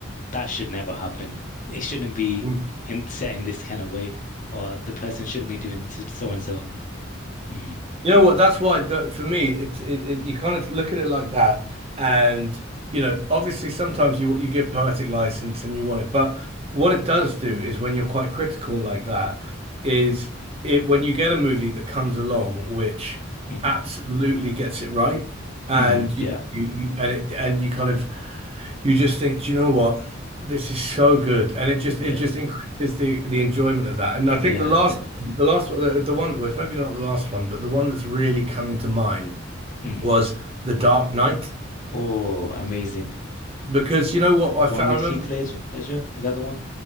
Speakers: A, on the left (about 40°); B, on the right (about 30°).
A: that should never happen. It shouldn't be
B: Mm.
A: in, set in this kind of way, or the person shouldn't be doing so, so and so. Mm,
B: You know what? That's why the, for me, it, it, it you kind of look at it like that, and you know, obviously, sometimes you you give poetic license and you want it, but what it does do is when you're quite critical like that, is it when you get a movie that comes along which
A: hmm
B: absolutely gets it right, and
A: hmm Yeah,
B: you, you, you and it and you kind of you just think, do you know what? This is so good, and it just
A: yeah,
B: it just increases the the enjoyment of that. And I
A: yeah,
B: think the last
A: yeah.
B: the last one, the, the one that was maybe not the last one, but the one that's really coming to mind
A: Mm.
B: was The Dark Knight
A: Oh, amazing.
B: because you know what I
A: The
B: found.
A: one with
B: I remember
A: Heath Ledger, Ledger? Is that the one?